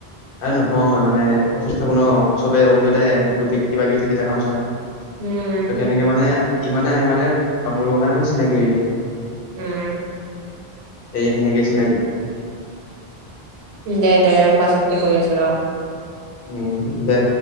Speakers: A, on the left; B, on the right.
A: আৰে, নহয়, মানে, অফিচত থাকোঁ ন। চবে অফিচতেই আহে। গোটেই কিবা-কিবি থাকিলে, কাম-চাম ত',
B: উম
A: সেনেকে মানে ইমানে আহে, মানে, কাম কৰিবৰ কাৰণে। আমাৰ চিনাকিয়েই হৈ যায়
B: উম।
A: এইখিনিকেই চিনাকি
B: দে, দে। পাছতকে কৰি আছোঁ, ৰ
A: উম, দে।